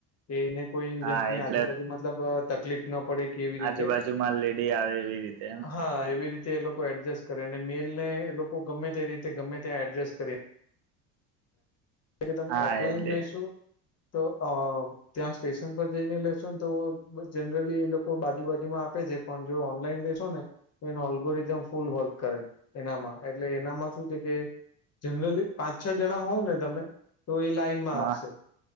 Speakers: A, on the left; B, on the right.
A: કે એને કોઈ
B: હા
A: જાતની
B: એટલે
A: આજુબાજુ મતલબ તકલીફ ન પડે કે એવી રીતે
B: આજુબાજુમાં લેડી આવે એવી રીતે એમ
A: હા એવી રીતે એ લોકો એડજસ્ટ કરે અને મેલ ને એ લોકો ગમે તે રીતે ગમે ત્યાં એડજસ્ટ કરે કે તમે
B: હા
A: ઓફલાઈન
B: એટલે
A: લઈશો તો અ ત્યાં સ્ટેશન પર જઈને લેશો ને તો બસ જનરલી એ લોકો બાજુ બાજુમાં આપે છે. પન જો ઓનલાઈન લેશો ને તો એનો ઓલ્ગોરિધમ ફૂલ વર્ક કરે એનામાં. એટલે એનામાં શું છે કે જનરલી પાંચ છ જણા હોવ ને તમે તો એ લાઈ માં
B: હ
A: આપશે